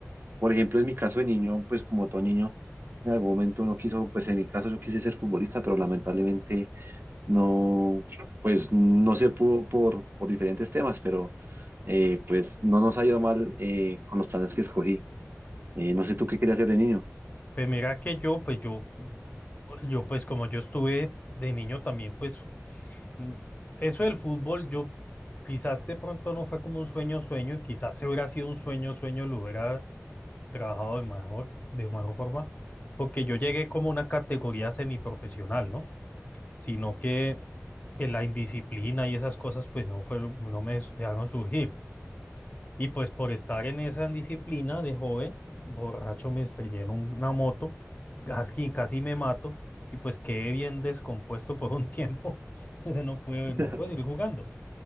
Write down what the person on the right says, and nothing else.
por ejemplo, en mi caso de niño, pues como todo niño, en algún momento uno quiso, pues en mi caso yo quise ser futbolista, pero lamentablemente no, pues no se pudo por, por diferentes temas, pero eh, pues no nos ha ido mal eh, con los planes que escogí. Eh, no sé tú qué querías hacer de niño.
<laughs>